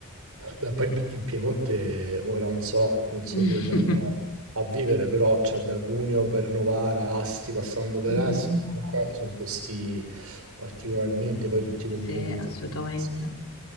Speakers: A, on the right; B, on the left.
A: Beh, poi in, Pi- in Piemonte, ora non so, non so
B: <laughs>
A: dove si andrà a vivere, però cioè, da Cuneo per Novara, Asti, passando per
B: Mm,
A: Es,
B: mm,
A: comunque sono posti particolarmente, poi tutti completamente
B: Sì, assolutamente.
A: diversi.